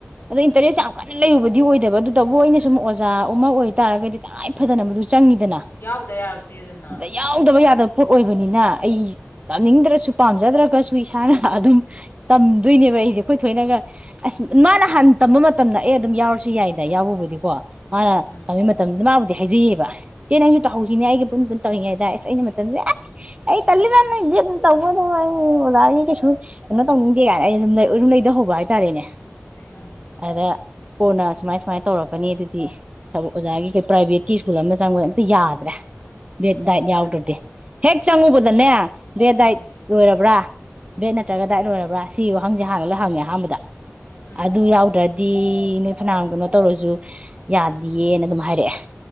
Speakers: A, on the right (about 30°); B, on the left (about 85°).
A: ꯑꯗꯣ ꯏꯟꯇꯔꯦꯁ ꯌꯥꯝ ꯀꯟꯅ ꯂꯩꯔꯨꯕꯗꯤ ꯑꯣꯏꯗꯕ ꯑꯗꯨ ꯇꯧꯕ ꯑꯣꯏꯅ ꯁꯨꯝ ꯑꯣꯖꯥ ꯑꯃ ꯑꯣꯏꯇꯥꯥꯔꯒꯗꯤ ꯇꯉꯥꯏ ꯐꯗꯅ ꯃꯗꯨ ꯆꯪꯉꯤꯗꯅ
B: ꯌꯥꯎꯗ ꯌꯥꯔꯛꯇꯦꯗꯅ
A: ꯑꯗ ꯌꯥꯎꯗꯕ ꯌꯥ ꯅ ꯄꯣꯠ ꯑꯣꯏꯕꯅꯤꯅ ꯑꯩ ꯇꯝꯅꯤꯡꯗ꯭ꯔꯁꯨ ꯄꯥꯝꯖꯗ꯭ꯔꯒꯁꯨ ꯏꯁꯥꯅ ꯑꯗꯨꯝ ꯇꯝꯗꯣꯏꯅꯦꯕ ꯑꯩꯁꯦ ꯑꯈꯣꯏ ꯊꯣꯏꯅꯒ ꯑꯁ ꯃꯥꯅ ꯍꯥꯟꯅ ꯇꯝꯕ ꯃꯇꯝꯗ ꯑꯩ ꯑꯗꯨꯝ ꯌꯥꯎꯔꯁꯨ ꯌꯥꯏꯌꯦꯅ ꯑꯩ ꯌꯥꯎꯕꯕꯨꯗꯤꯀꯣ ꯃꯥꯅ
B: ꯎꯝ
A: ꯇꯝꯃꯤ ꯃꯇꯝꯗꯨ ꯃꯥ ꯗꯤ ꯍꯥꯏꯖꯩꯌꯦꯕ ꯆꯦ ꯅꯪꯖꯨ ꯇꯧꯍꯧꯖꯤꯅꯦ ꯑꯩꯒ ꯄꯨꯟ ꯄꯨꯟ ꯇꯩꯏꯉꯥꯏꯗ ꯏꯁ ꯑꯩꯅ ꯇꯝꯗꯨꯗ ꯑꯁ ꯑꯩ ꯇꯜꯂꯤ ꯗ ꯅꯪ ꯕꯦꯠ ꯅꯨꯡ ꯇꯧꯕꯒꯗꯣ <unintelligible> ꯑꯩ ꯀꯩꯁꯨ ꯀꯩꯅꯣ ꯇꯧꯅꯤꯡꯗꯦ ꯀꯥꯏꯅ ꯑꯩꯅ ꯎꯔꯨ ꯂꯩꯗꯍꯧꯕ ꯍꯥꯏꯇꯥꯔꯦꯅꯦ
B: ꯎꯝ
A: ꯑꯗ ꯀꯣꯟꯅ ꯁꯨꯃꯥꯏ ꯁꯨꯃꯥꯏꯅ ꯇꯧꯔꯛꯀꯅꯤ ꯗꯨꯗꯤ ꯊꯕꯛ ꯑꯣꯖꯥꯒꯤ ꯀꯩ ꯄ꯭ꯔꯥꯏꯚꯦꯠꯀꯤ ꯁ꯭ꯀꯨꯜ ꯑꯃꯗ ꯆꯪꯕꯗ ꯑꯝꯇ ꯌꯥꯗ꯭ꯔꯦ ꯕꯦꯠ
B: ꯎꯝ
A: ꯗꯥꯏꯠ ꯌꯥꯎꯗ꯭ꯔꯗꯤ ꯍꯦꯛ ꯆꯪꯉꯨꯕꯗꯅꯦ ꯕꯦꯠ
B: ꯎꯝ
A: ꯗꯥꯏꯠ ꯂꯣꯏꯔꯕ꯭ꯔꯥ ꯕꯦꯠ ꯅꯠꯇ꯭ꯔꯒ ꯗꯥꯏꯠ ꯂꯣꯏꯔꯕ꯭ꯔꯥ ꯁꯤꯒꯤ ꯋꯥꯍꯪ ꯑꯪꯁꯦ ꯍꯥꯟꯅ ꯂꯣꯏ ꯍꯪꯉꯦ ꯑꯍꯥꯟꯕꯗ
B: ꯎꯝ
A: ꯑꯗꯨ ꯌꯥꯎꯗ꯭ꯔꯗꯤ ꯅꯦ ꯐꯟꯌꯥꯝ ꯀꯩꯅꯣ ꯇꯧꯔꯁꯨ ꯌꯥꯗꯤꯌꯦꯅ
B: ꯃꯥꯅꯤ
A: ꯑꯗꯨꯝ ꯍꯥꯏꯔꯛꯑꯦ